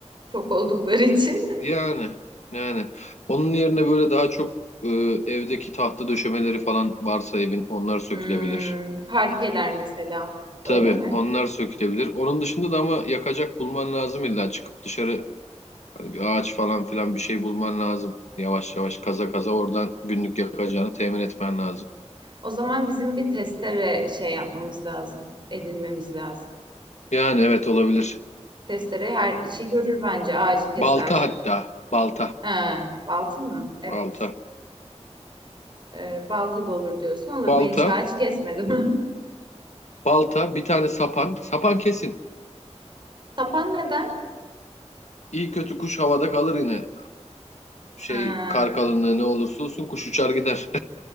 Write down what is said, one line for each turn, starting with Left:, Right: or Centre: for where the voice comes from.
Right: Çok oldukları için. <laughs>
Left: yani yani onun yerine böyle daha çok e, evdeki tahta döşemeleri falan varsa evin onlar sökülebilir.
Right: Hmm, parkeler mesela.
Left: Tabii
Right: Öyle mi?
Left: onlar sökülebilir. Onun dışında da ama yakacak bulman lazım illa çıkıp dışarı Hani bir ağaç falan filan bir şey bulman lazım. Yavaş yavaş kaza kaza oradan günlük yakacağını temin etmen lazım.
Right: O zaman bizim bir testere şey yapmamız lazım. Edinmemiz lazım.
Left: Yani evet olabilir.
Right: Testere her işi görür bence. Ağacı keser.
Left: Balta hatta. Balta.
Right: Ha, balta mı? Evet.
Left: Balta.
Right: Ee, balta da olur diyorsun. Olur.
Left: Balta.
Right: Ben hiç ağaç kesmedim.
Left: Balta. Bir tane sapan. Sapan kesin.
Right: <laughs> Tapan neden?
Left: İyi kötü kuş havada kalır yine. Şey
Right: Ha.
Left: kar kalınlığı ne olursa olsun kuş uçar gider.